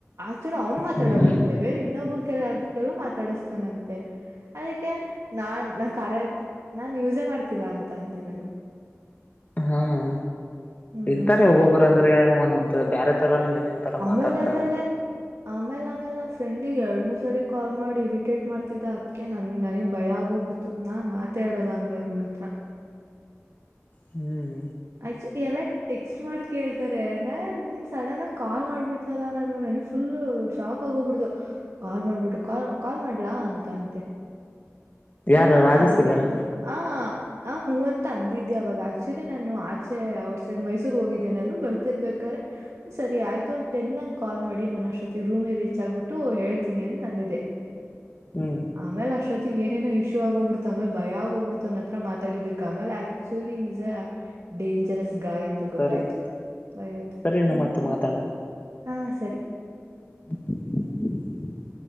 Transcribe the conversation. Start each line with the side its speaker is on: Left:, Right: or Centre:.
Right: ಆಕ್ಚುಲಿ ಅವನು ಮಾತಾಡಲ್ಲಂತೆ
Left: ಹ್ಮ್
Right: ಬೇರೆ ಇನ್ನೊಬ್ಬರು ಕೆಲ ಯಾರ ಕೆಲ ಮಾತಾಡಿಸ್ತಾನಂತೆ ಅದಕ್ಕೆ ನಾನ್ ನಾ ಕಾರ್ಯ ಆಪ್ ನಾನ್ ಯೂಸೆ ಮಾಡ್ತಿಲಾ ಅಂತ ಅಂದೆ ನಾನು
Left: ಹ್ಮ
Right: ಹ್ಮ್
Left: ಇರ್ತಾರೆ ಒಬ್ಬೊಬ್ಬರು ಅಂದ್ರೆ ಒಂದ ಬ್ಯಾರೆ ತರಾನೇ ಮೀನಿಂಗ್ ತರ
Right: ಆಮೇಲೆ
Left: ಮಾತಾಡ್ತಾರೆ
Right: ಆಮೇಲೆ ಆಮೇಲ್ ಆಮೇಲೆ ನಮ್ಮ ಫ್ರೆಂಡಗ್ ಎರಡ್ ಆಮೇಲೆ ಆಮೇಲೆ ಮೂರ್ ಸರಿ ಕಾಲ್ ಮಾಡಿ ಇರಿಟೇಟ್ ಮಾಡ್ತಿದ್ದ ಅದ್ಕ ನನ್ ನನಗ್ ಭಯ ಆಗೋಗ್ಬಿಡ್ತು ನಾನ್ ಮಾತೆ ಆಡಲ್ಲ ಅಂದೆ ಅವ್ನ ಹತ್ರ
Left: ಹ್ಮ್.
Right: ಆಕ್ಚು ಎಲ್ಲ ಟೆಕ್ಸ್ಟ್ ಮಾಡಿ ಕೇಳ್ತಾರೆ ಅಂದ ಸಡನ್ ಆಗ ಕಾಲ್ ಮಾಡ್ಬಿಟ್ನಲ್ಲ ನಾನು ನನಗ್ ಫುಲ್ ಶಾಕ್ ಆಗ ಹೋಗ್ಬಿಡತು ಕಾಲ್ ಮಾಡ್ಬಿಟ್ಟು ಕಾ ಕಾಲ್ ಮಾಡ್ಲಾ ಅಂತ ಅಂತೆ. ಹೂ
Left: ಯಾರ
Right: ಅಂತ
Left: ರಾಜೇಶ್
Right: ಅಂದಿದ
Left: ಇದಾರ
Right: ಆ ಆ ಹೂ ಅಂತ ಅಂದಿದಿ ಅವಾಗ ಆಕ್ಚುಲಿ ನಾನು ಆಚೆ ಔಟ್ ಸೈಡ್ ಮೈಸೂರ್ ಹೋಗಿದ್ದೆ ನಾನು ಬರ್ತಿರ್ಬೇಕಾರೆ ಸರಿ ಆಯ್ತು ಟೆನ್ಂಗ ಕಾಲ್ ಮಾಡಿ ನಾನ್ ಅಷ್ಟೊತ್ತಿಗೆ ರೂಮಿಗೆ ರೀಚ್ ಆಗ್ಬಿಟ್ಟು ಹೇಳ್ತೀನಿ ಅಂತ ಅಂದಿದ್ದೆ
Left: ಹುಂ
Right: ಆಮೇಲೆ ಅಷ್ಟೊತ್ತಿಗ ಏನೇನೋ ಇಶ್ಯೂ ಆಗೋಗ್ಬಿಡ್ತ ಆಮೇಲೆ ಭಯ ಆಗ್ಬಿಡ್ತ ಅನ್ನ ಹತ್ರ ಮಾತಾಡಿದ್ದಕ್ ಆಮೇಲೆ ಆಕ್ಚುಲಿ ಈ ಡೇಂಜರಸ್ ಗಾಯ್ ಅಂತ ಗೊತ್ತಾಯ್ತು
Left: ಸರಿ
Right: ಆಯ್ತ
Left: ಸರಿ ಅಣ್ಣ
Right: ಹುಂ
Left: ಮತ್ತೆ ಮಾತಾಡೋಣ.
Right: ಹಾ ಸರಿ
Left: <inaudible>